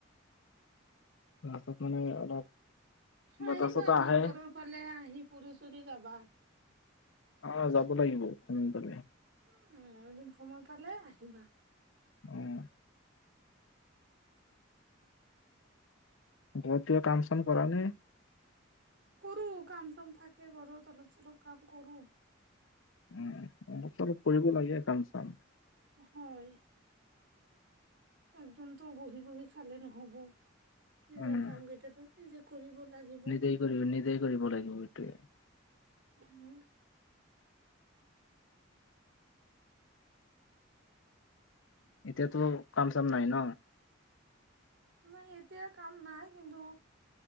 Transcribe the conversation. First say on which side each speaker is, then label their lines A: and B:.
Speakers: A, on the left; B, on the right.
A: আগত মানে অলপ বতাহ
B: আহিবা
A: চতাহ
B: আমাৰ
A: আহে
B: ঘৰৰ ফালে আহি ফুৰি চুৰি যাবা।।
A: অ', যাব লাগিব সোনকালে।
B: উম, এদিন সময় পালে আহিবা।
A: উম। ঘৰত কিবা কাম চাম কৰানে?
B: কৰো কাম চাম থাকে ঘৰত অলপ চলপ কাম কৰো।
A: উম, অলপ চলপ কৰিব লাগে কাম চাম।
B: হয়। একদমতো বহি বহি খালে নহ'ব নিজৰ
A: উম,
B: কাম কেইটাতো নিজে কৰিব লাগিব।
A: নিজেই কৰিব নিজেই কৰিব লাগিব সেইটোৱেই।
B: হম।
A: এতিয়া তো কাম-চাম নাই ন।
B: মানে এতিয়া কাম নাই কিন্তু,